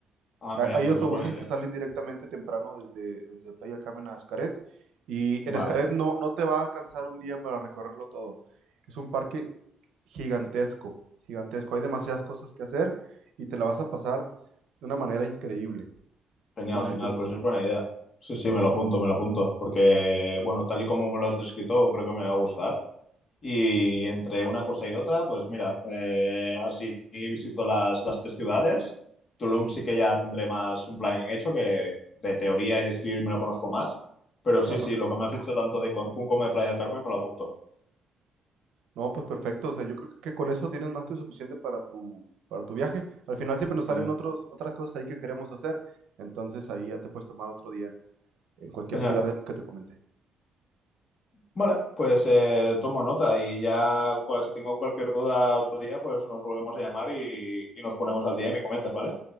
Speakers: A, on the left (about 50°); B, on the right (about 80°).
A: ah,
B: ha-
A: mira,
B: Hay
A: pues
B: autobuses
A: es buena idea.
B: que salen directamente temprano desde, desde Playa del Carmen a Xcaret y
A: Vale,
B: en Xcaret no, no te va a alcanzar un día para recorrerlo todo. Es un parque gigantesco, gigantesco. Hay demasiadas cosas que hacer y te la vas a pasar de una manera increíble.
A: genial,
B: Entonces
A: genial,
B: yo,
A: pues es buena idea. Sí, sí, me lo apunto, me lo apunto, porque bueno, tal y como me lo has descrito, creo que me va a gustar. Y entre una cosa y otra, pues mira, eh, así visito las, las tres ciudades. Tulum sí que ya tendré más un planning hecho, que de teoría y de escribir me lo conozco más. Pero
B: claro,
A: sí, sí, lo que me has dicho tanto de Cancún como de Playa del Carmen me lo apunto.
B: no, pues perfecto. O sea, yo creo que con eso tienes más que suficiente para tu, para tu viaje. Al final siempre nos salen
A: Genial,
B: otros, otras cosas ahí que queremos hacer. Entonces ahí ya te puedes tomar otro día en cualquier
A: genial.
B: ciudad de lo que te comenté.
A: Vale, pues eh, tomo nota y ya cual- si tengo cualquier duda otro día, pues nos volvemos a llamar y, y nos ponemos al día y me comentas, ¿vale?